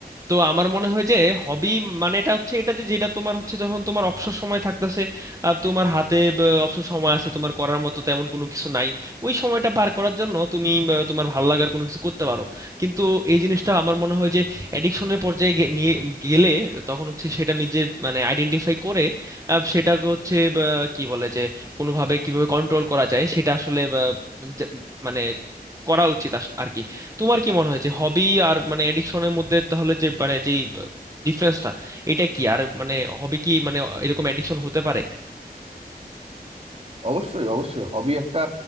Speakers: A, on the right; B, on the right.
A: তো আমার মনে হয় যে হবি মানে এটা হচ্ছে এটা যে যেটা তোমার হচ্ছে যখন তোমার অবসর সময় থাকতেছে আর তোমার হাতে আহ, অবসর সময় আছে তোমার করার মতো তেমন কোনো কিছু নাই ওই সময়টা পার করার জন্য তুমি আহ, তোমার ভালো লাগার কোনো কিছু করতে পারো কিন্তু এই জিনিসটা আমার মনে হয় যে অ্যাডিকশনের পর্যায়ে গে- নিয়ে গেলে তখন হচ্ছে সেটা নিজের মানে আইডেন্টিফাই করে আহ, সেটাকে হচ্ছে আহ, কি বলে যে কোনোভাবে কিভাবে কন্ট্রোল করা যায় সেটা আসলে আহ, যে- মানে করা উচিত আস- আর কি তোমার কি মনে হয় যে হবি আর মানে এডিকশনের মধ্যে তাহলে যে মানে যেই ডিফারেন্সটা এটা কি আর মানে হবি কি মানে এরকম এডিকশন হতে পারে
B: অবশ্যই অবশ্যই হবি একটা